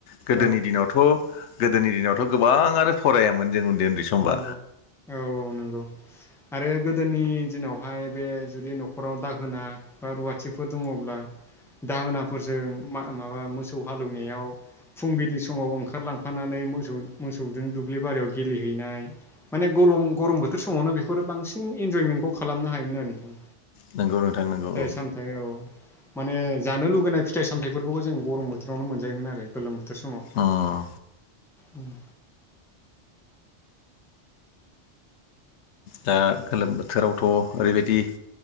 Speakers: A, on the left (about 75°); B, in the centre.
A: गोदोनि
B: औ
A: दिनावथ' गोदोनि दिनावथ' गोबाङानो फरायामोन जों उन्दै उन्दै समबा
B: नंगौ औ औ नंगौ आरो गोदोनि दिनावहाय बे जुदि न'खराव दाहोना बा रुवाथिफोर दङब्ला दाहोनाफोरजों माबा मोसौ हालौवनायाव फुंबिलि समाव ओंखारलांफानानै मोसौ मोसौजों दुब्लि बारियाव गेलेयो हैनाय माने गरम बोथोर समावनो बेफोरो बांसिन इनजयमेन्टखौ खालामनो हायोमोन आरो नोंथां
A: नंगौ नोंथां नंगौ
B: फिथाइ
A: औ
B: सामथाय औ माने जानो लुगैनाय फिथाइ सामथायफोरखौबो जों गरम बोथोरावनो मोनजायोमोन आरो गोलोम बोथोर समाव
A: उम
B: उम।
A: दा गोलोम बोथोरावथ' ओरैबायदि